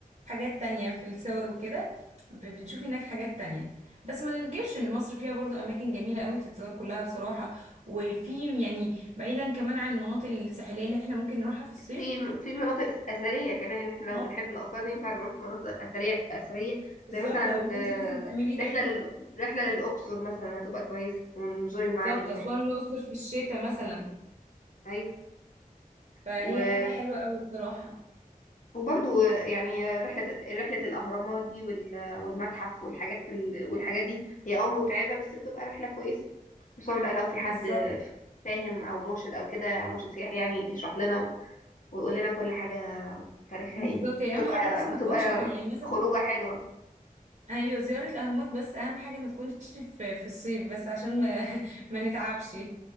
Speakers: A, on the right (about 55°); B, on the left (about 60°).
A: حاجات تانية في الصور وكده ب- بنشوف هناك حاجات تانية بس ما ننكرش ان مصر فيها برضو اماكن جميلة قوي تتزار كلها بصراحة وفي يعني بعيدا كمان عن المناطق الساحلية اللي احنا ممكن نروحها في الصيف
B: في في مناطق اثريه كمان ان احنا
A: مناطق
B: لو بنحب الاثار ينفع نروح مناطق اثريه اثريه
A: بالظبط
B: زي مثلا
A: او ان
B: آه،
A: انت مثلا تعملي رحلة
B: رحله لل... رحله للاقصر مثلا هتبقى كويسه ونزور المعابد
A: بالظبط
B: هناك
A: اسوان الاقصر في الشتاء مثلا
B: ايوه
A: فهي
B: و...
A: حاجة حلوة قوي بصراحة
B: وبرضو يعني رحلة رحلة الأهرامات دي وال- والمتحف والحاجات ال- والحاجات دي هي اه متعبة بس بتبقى رحلة كويسة خصوصا بقى لو في حد
A: بالظبط
B: فاهم أو مرشد أو كده مرشد سياحي يعني يشرح لنا ويقول لنا كل حاجة تاريخها
A: بالظبط
B: ايه
A: يعني
B: بتبقى
A: اهم حاجه بس ما
B: بتبقى
A: تكونش في يعني مثلا
B: خروجة حلوة
A: ايوه زياره الاهرامات بس اهم حاجه ما تكونش في في الصيف بس عشان ما <laughs> ما نتعبش